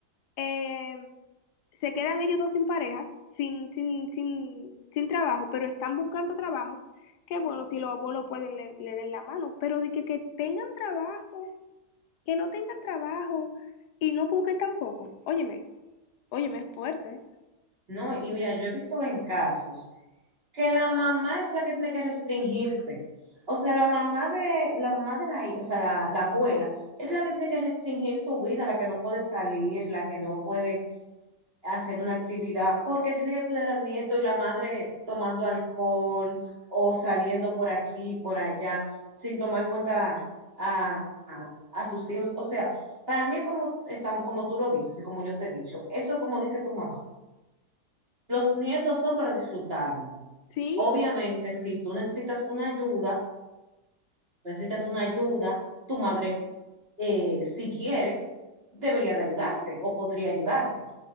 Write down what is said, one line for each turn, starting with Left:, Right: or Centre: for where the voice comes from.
Left: eh, se quedan ellos dos sin pareja, sin, sin, sin, sin trabajo, pero están buscando trabajo, que bueno, si los abuelos pueden, le, le den la mano, pero de que, que tengan trabajo, que no tengan trabajo y no busquen tampoco. Óyeme, óyeme, es fuerte.
Right: No, y mira, yo he visto en casos que la mamá es la que tiene que restringirse. O sea, la mamá de la mamá de la, hi- o sea, la, la abuela es la que tiene que restringir su vida, la que no puede salir, la que no puede hacer una actividad, porque tiene que cuidar al nieto y la madre tomando alcohol o saliendo por aquí, por allá, sin tomar en cuenta a, a- a sus hijos. O sea, para mí, como, estamos, como tú lo dices y como yo te he dicho, eso es como dice tu mamá. Los nietos son para disfrutarlo.
Left: Sí,
Right: Obviamente, si tú necesitas una ayuda, necesitas una ayuda, tu madre, eh, si quiere, debería de ayudarte o podría ayudarte,